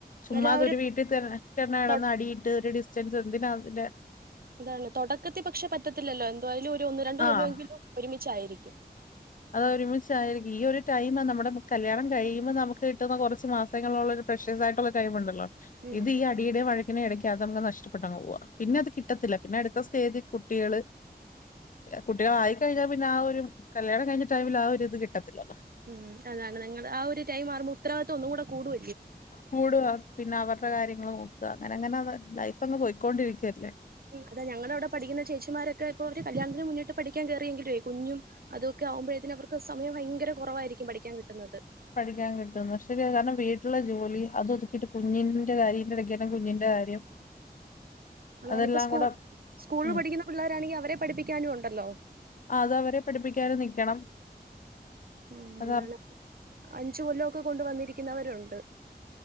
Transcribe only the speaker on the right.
എന്നാലും ആ ഒരു
തൊ
അതാണ് തുടക്കത്തിൽ പക്ഷെ പറ്റത്തില്ലല്ലോ എന്തായാലും ഒരു ഒന്ന് രണ്ട്
കൊല്ലമെങ്കിലും ഒരുമിച്ചായിരിക്കും.
ഉം
ഉം അതാണ് നിങ്ങളുടെ ആ ഒരു ടൈം ആകുമ്പോ. ഉത്തരവാതിത്തം ഒന്ന് കൂടെ കൂടും.
അത ഞങ്ങള അവിടെ പഠിക്കുന്നേ ചേച്ചിമാരൊക്കെ ഇപ്പോ അവര് കല്യാണത്തിന് മുന്നിട്ട് പഠിക്കാൻ കേറിയെങ്കിലുവേ കുഞ്ഞും. അതൊക്കെ ആകുമ്പഴത്തേന് അവർക്ക് സമയം ഭയങ്കര കുറവായിരിക്കും പഠിക്കാൻ കിട്ടുന്നത്.
അതാണ്
ഇപ്പ സ്കൂൾ
സ്കൂളിൽ
പഠിക്കുന്ന പിള്ളേരാണെങ്കിൽ അവരെ പഠിപ്പിക്കാനും ഉണ്ടല്ലോ.
ഉം അങ്ങനെയാണ്
അഞ്ച് കൊല്ലമൊക്കെ കൊണ്ട് വന്നിരിക്കുന്നവരുണ്ട്.